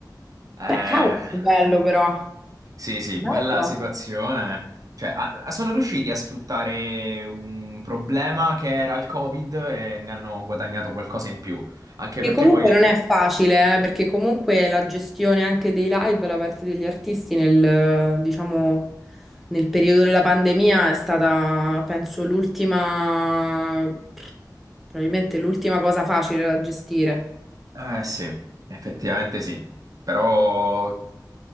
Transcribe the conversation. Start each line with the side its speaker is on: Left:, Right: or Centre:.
Right: Eh,
Centre: Beh, cavolo, che bello però.
Right: sì, sì,
Centre: Bello.
Right: bella situazione. Cioè, a- a- sono riusciti a sfruttare un problema che era il Covid e ne hanno guadagnato qualcosa in più. Anche
Centre: Che
Right: perché
Centre: comunque
Right: poi...
Centre: non è facile, eh, perché comunque la gestione anche dei live da parte degli artisti nel, diciamo, nel periodo della pandemia è stata, penso, l'ultima, probabilmente l'ultima cosa facile da gestire.
Right: Eh sì, effettivamente sì. Però